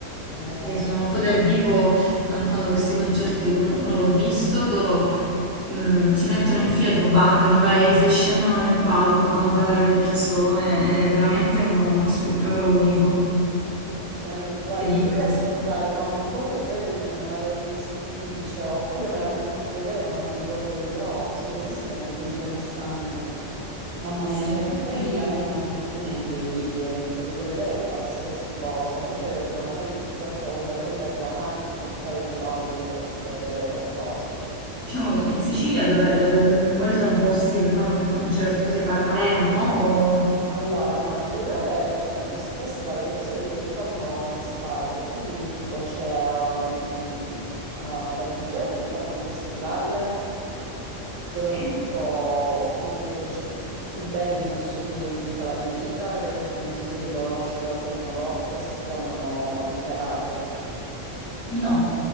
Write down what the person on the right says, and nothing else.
Meute.
Ma se, ma
li
dovrei
ascoltare, no, ma comunque credo di non averli sentiti, cioè, oppure me l'hanno fatti vedere, ma non mi ricordo io, però sì, deve essere molto interessante. Mamma
mia,
cioè,
poi lì avete una fortuna incredibile perché potete vedere qualsiasi cosa, invece a noi ci tocca comunque prendere la macchina e fare chilometri per poter vedere qualcosa.
Allora, no, in generale ci sono questi festival che di solito li fanno in estate, quindi tipo c'è um, ad Agrigento fanno festival dove
ho visto uno dei concerti più belli in assoluto di tutta la mia vita, che non so se li conosci, loro fanno rock e si chiamano i Karate.